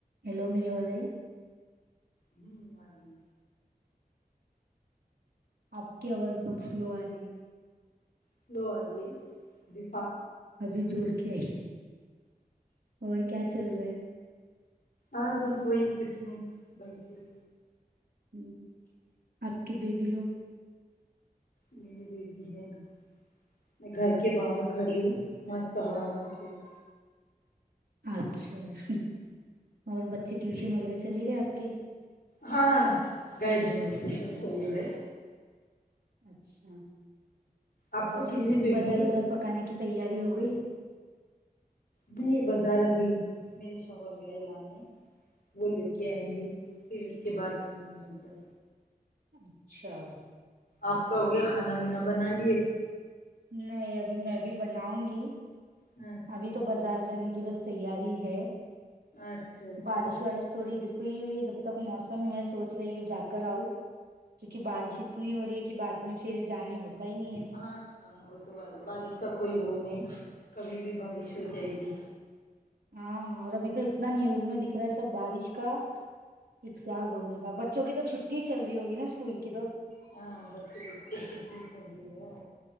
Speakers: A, on the right; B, on the left.
A: Hello میری آواز آئی
B: ہم آرہی ہے
A: آپ کی آواز بہت
B: اور
A: سلو آ رہی ہے
B: سلو ارہی ہے جی
A: ابھی زورکی آئی اور کیا چل رہا ہے
B: اور بس وہی کچھ نہیں بیٹھے
A: ہ آپ کے بیبی لوگ
B: میری بیبی ہے نہ میں گھر کے باہر کھڑی ہوں مست ہوا کھاتے ہوئے
A: اچھا ہ اور بچے ٹیوشن وغیرہ چلے گئے آپ کے
B: ہاں گئے دونوں ٹیونشن چلے گئی
A: اچھا
B: آپ
A: اور
B: کو کتنی
A: پھر
B: بیبی
A: بازار
B: ہے
A: وزار پکانے کی تیاری ہو گئی
B: نہیں بازار ابھی میرے شوہر گئے لانے وہ لے کے آئیں گے پھر اس کے بعد کھانا بنتا ہے
A: اچھا
B: آپ کا ہو گیا کھانا پینا بنا لیے
A: نہیں ابھی میں بھی بناؤں گی
B: ھمم
A: ابھی تو بازار جانے کی بس تیاری ہے
B: اچھا اچھا
A: بارش وارش تھوڑی رکی ہوئی ہے جب تک موسم ہے سوچ رہی ہوں جا کر آؤں کیونکہ
B: ہاں
A: بارش اتنی ہو رہی ہے کہ بعد میں پھر جانے ہوتا ہی نہیں ہے
B: ہاں ہاں وہ تو بات بارش کا کوئی وہ نہیں کبھی بھی بارش ہو جائے گی
A: ہاں اور ابھی تو اتنا نیوز میں دکھ رہا ہے سب بارش کا پھر کیا بولنے کا بچوں کی تو چھٹی چل رہی ہوگی نا اسکول کی تو
B: ہاں بچے لوگ کو چھٹی چل رہی ہے